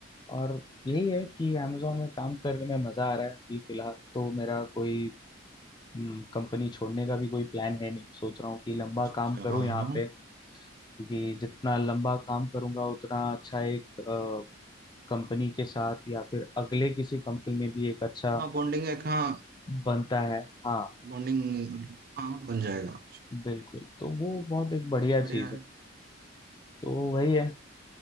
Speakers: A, on the left; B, on the right.
A: और यही है कि अमेजोन में काम करने में मजा आ रहा है अभी फिलहाल तो मेरा कोई हम्म, कंपनी छोड़ने का भी कोई प्लान है नहीं सोच रहा हूँ कि लंबा
B: अच्छा
A: काम
B: अच्छा
A: करूँ
B: हाँ
A: यहाँ
B: हाँ
A: पे क्योंकि जितना लंबा काम करूंगा उतना अच्छा एक कंपनी के साथ या फिर अगले किसी कंपनी में भी एक अच्छा
B: हाँ बॉन्डिंग एक हाँ
A: बनता है हाँ
B: बॉन्डिंग हाँ बन जाएगा
A: बिल्कुल तो वो बहुत एक बढ़िया
B: बढ़िया
A: चीज
B: है
A: है तो वही है